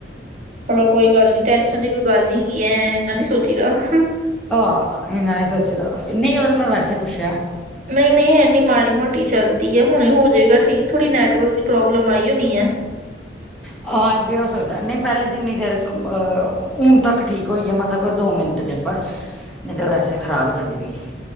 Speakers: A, on the right; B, in the centre.
A: ਚਲੋ ਕੋਈ ਗੱਲ ਨੀ, ਟੈਨਸ਼ਨ ਦੀ ਕੋਈ ਗੱਲ ਨੀ ਹੈਗੀ, ਐ ਇਨਾਂ ਨੀ ਸੋਚੀ ਦਾ ਹੂੰ।
B: ਆਹ ਇਹਨਾਂ ਨਹੀਂ ਸੋਚੀਂ ਦਾ ਨਹੀਂ ਉਹ ਤਾਂ ਮੈਂ ਵੈਸੇ ਪੁੱਛਿਆ।
A: ਨਹੀਂ, ਨਹੀਂ ਇੰਨੀ ਮਾੜੀ ਮੋਟੀ ਚੱਲਦੀ ਹੁਣੇ ਹੋ ਜਾਏਗਾ ਠੀਕ ਥੋੜੀ ਨੈਟਵਰਕ ਦੀ ਪ੍ਰੋਬਲਮ ਆਈ ਹੋਣੀ ਹੈ।
B: ਹਾਂ ਇਹ ਵੀ ਹੋ ਸਕਦਾ ਨਹੀਂ ਪਹਿਲੇ ਜਿੰਨੀ ਚਿਰ ਹੁਣ ਤੱਕ ਠੀਕ ਹੋ ਆ ਮਸਾਂ ਕੋਈ ਦੋ ਮਿੰਟ ਦੇ। ਬਸ ਨਜ਼ਰ ਵੈਸੇ ਖਰਾਬ ਹੀ ਚਲਦੀ ਪਈ ਸੀ।